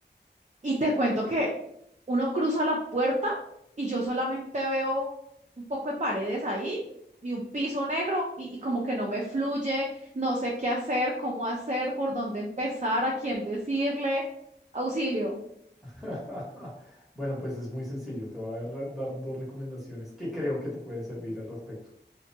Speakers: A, on the right; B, in the centre.
A: Y te cuento que Uno cruza la puerta y yo solamente veo un poco de paredes ahí y un piso negro y, y como que no me fluye, no sé qué hacer, cómo hacer, por dónde empezar, a quién decirle, auxilio.
B: <laughs> Bueno, pues es muy sencillo. Te voy a dar dar dos recomendaciones que creo que te pueden servir al respecto.